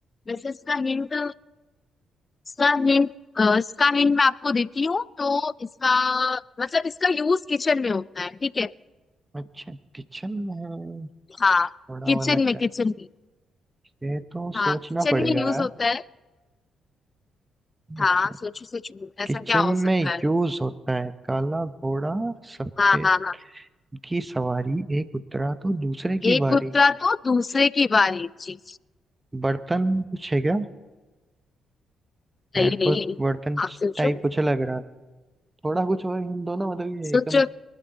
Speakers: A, on the left; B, on the right.
A: वैसे इसका हिंट इसका हिंट इसका हिंट मैं आपको देती हूँ तो इसका मतलब इसका यूज किचन में होता है ठीक है
B: अच्छा किचन में है,
A: हाँ
B: घोड़ा
A: किचन
B: वाला क्या
A: में किचन में
B: ये तो
A: हाँ
B: सोचना
A: किचन
B: पड़ेगा
A: में
B: यार
A: यूज होता है हाँ
B: अच्छा
A: सोचो सोचो ऐसा
B: किचन
A: क्या हो सकता
B: में
A: है
B: यूज होता है काला घोड़ा सफेद
A: हाँ हाँ हाँ
B: की सवारी एक उतरा तो दूसरे की
A: एक
B: बारी
A: उतरा तो दूसरे की बारी जी
B: बर्तन कुछ है क्या मेरे
A: नहीं नहीं
B: को बर्तन
A: आप सोचो
B: टाइप कुछ लग रहा था थोड़ा कुछ और इन दोनों मतलब ये
A: सोचो
B: एकदम